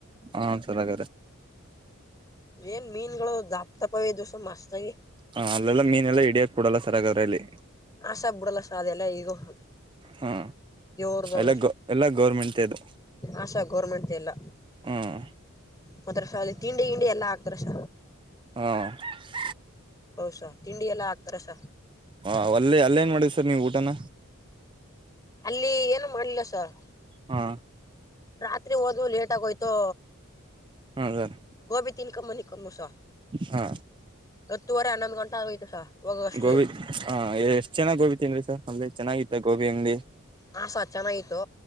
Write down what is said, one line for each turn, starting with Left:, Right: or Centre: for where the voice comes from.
Right: ಹಾ ಚೆನ್ನಾಗ್ರ
Left: ಏನ್ ಮೀನ್ಗಳು ದಪ್ಪ ತಪ್ಪಾವ ದಿವ್ಸ ಮಸ್ತ್ ಆಗಿ
Right: ಹ ಅಲ್ಲೆಲ್ಲ ಮೀನೆಲ್ಲಾ ಇಡಿಯಾಕ್ಬಡಲ್ಲ ಸರಗಾದ್ರೆ ಅಲ್ಲಿ
Left: ಆಸ ಬಿಡಲ್ಲಸ ಅದೆ ಎಲ್ಲ ಈಗೋ ಹ
Right: ಹಾ
Left: ದೇವ್ರದಲ್ಲ
Right: ಎಲ್ಲ
Left: ಸ
Right: ಗೌ ಎಲ್ಲ ಗೌರ್ಮೆಂಟ್ ಇದು
Left: ಆಶಾ ಗೌರ್ಮೆಂಟ್ದ್ ಎಲ್ಲ.
Right: ಹ್ಮ್
Left: ಮತ್ತಸ ಅಲ್ಲಿ ತಿಂಡಿ ಗಿಂಡಿ ಎಲ್ಲಾ ಹಾಕ್ತಾರಸ.
Right: ಹ್ಮ್
Left: ಹೌಸ ತಿಂಡಿ ಎಲ್ಲ ಹಾಕ್ತಾರಸ.
Right: ಹಾ ಅಲ್ಲೇ ಅಲ್ಲೇ ಏನ್ ಮಾಡಿದ್ ಸರ್ ನೀವು ಊಟನ.
Left: ಅಲ್ಲಿ ಏನು ಮಾಡ್ಲಿಲ್ಲ ಸರ್.
Right: ಹಾ
Left: ರಾತ್ರಿ ಹಓದು ಲೇಟ್ ಆಗೋಯ್ತು.
Right: ಹಾ ಸರ್
Left: ಗೋಬಿ ತಿನಕ ಮನಿಕೂ ಮಸು.
Right: ಹಾ
Left: ಹತ್ತೂವರೆ ಹನ್ನೊಂದು ಗಂಟೆ ಸರ್ ಆಗೈತೆ ಸ ಹೋಗ ಅಷ್ಟಲಿ.
Right: ಗೋಬಿ ಹಾ ಎಷ್ಟ್ ಚೆನ್ನಾಗಿ ಗೋಬಿ ತಿನ್ರಿ ಸರ್ ಅಮ್ರೆ ಚೆನ್ನಾಗಿತ್ತ ಗೋಬಿ ಅಂಗಡಿ.
Left: ಹಸ ಚೆನ್ನಾಗಿತತ್ತು